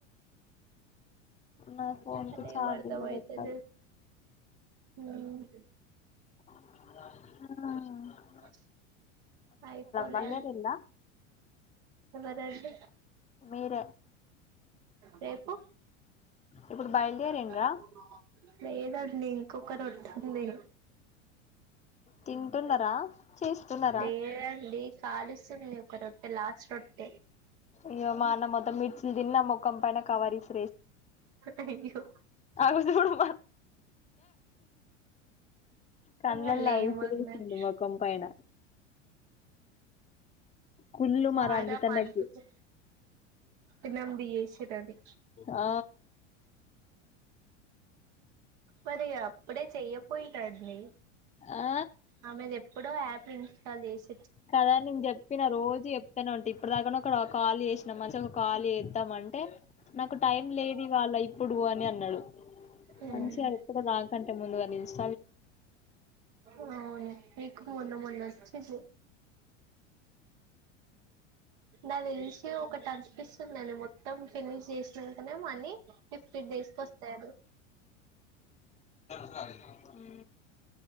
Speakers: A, on the left; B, on the right.
A: నా ఫోన్
B: అసలేం
A: కి ఛార్జింగ్
B: అర్థమైతలే
A: కూడా ఎక్కదు
B: హ్మ్
A: ఆ
B: అ అయిపోలా
A: బయలుదేరిండ్రా
B: ఎవరండీ
A: మీరే
B: రేపు
A: ఇప్పుడు బయలుదేరిండ్రా
B: తత్కాల ఇంగు ఎప్పుడు బావ పెళ్లయింది లేదండి ఇంకొకరొట్టుంది.
A: తింటున్నరా చేస్తున్నా
B: లేదండి కాలుస్తుంది ఒక రొట్టె లాస్ట్ రొట్టె
A: ఇగ మా అన్న మొత్తం మిర్చి దిన్నా మొఖం పైన కవరిస్
B: అయ్యో
A: అవి జూడు కండ్లల్లా
B: వాళ్ళేమన్నారు
A: విసిరేసిండు మొఖం పైన కుళ్ళు
B: కారం
A: మా రంజిత్ అన్నకి
B: అనిపిచ్ ఇనమ్ది ఏసితది
A: ఆ
B: మరి అప్పుడే చెయ్యపోయికండి
A: ఆ
B: ఆమె ప్పుడో యాప్ ఇన్స్టాల్ జేసి
A: కదా నేను చెప్పిన రోజు చెప్తానుంటి ఇప్పుడు దాకా నొక ఒక కాళీ చేసిన మంచిగా ఒక కాల్ ఏత్తమ్ అంటే నాకు టైం లేదు ఇవాళ ఇప్పుడు అని అన్నాడు
B: హ్మ్
A: మంచిగా ఇప్పుడు నాకంటే ముందుగా నిలిచ
B: అవును మీకు మొన్న మొన్న వొచ్చిందే నా దెల్సి ఒక టట్టిస్తుందడి మొ మొత్తం ఫినిష్ చేసినంకనే మనీ ఫిఫ్టీ డేస్క్ వొస్తాయండి.
A: హ్మ్